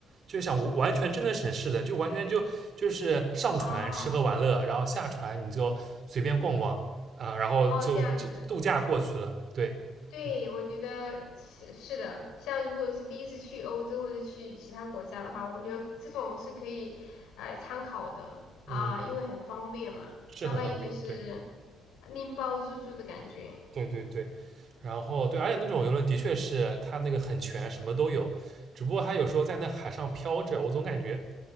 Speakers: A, on the right; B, on the left.
A: 就是想完全真的省事的，就完全就就是上船吃喝玩乐，
B: 哦
A: 然后下船你就随便逛逛啊，然后就就度假过去了。
B: 哦，这样子。
A: 对，
B: 对，
A: 嗯
B: 我觉得是是的，像如果是第一次去欧洲或者去其他国家的话，我觉得这种是可以呃参考的啊，
A: 嗯，
B: 因为很方便嘛，
A: 是很方便，
B: 相当于就是
A: 对。
B: 拎包入住的感觉，
A: 对对对，然后对，而且那种游轮的确是它那个很全，什么都有，只不过它有时候在那海上飘着，我总感觉